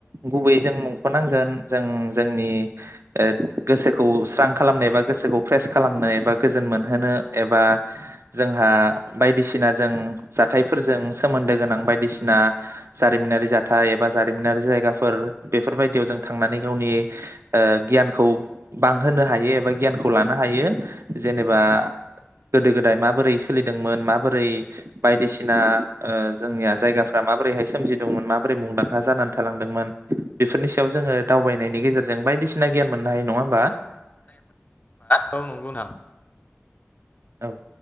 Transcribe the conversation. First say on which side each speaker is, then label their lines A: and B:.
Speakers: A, on the right; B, on the left.
A: गुबैयै जों <unintelligible> जों जोंनि ओ गोसोखौ स्रां खालामनाय एबा गोसोखौ फ्रेस खालामनाय एबा गोजोन मोनहोनो एबा जोंहा बायदिसिना जों जाथायफोरजों सोमोन्दो गोनां बायदिसिना जारिमिनारि जाथाय एबा जारिमिनारि जायगाफोर बेफोरबायदियाव जों थांनानै गावनि ओ गियानखौ बांहोनो हायो एबा गियानखौ लानो हायो जेनेबा गोदो गोदाय माबोरै सोलिदोंमोन माबोरै बायदिसिना ओ जोंनिया जायगाफ्रा माबोरैहाय सोमजिदोंमोन माबोरै मुंदांखा जानानै थालांदोंमोन बेफोरनि सायाव जोङो दावबायनायनि गेजेर जों बायदिसिना गियान मोननो हायो नङा होमबा?
B: औ नंगौ नोंथां।
A: औ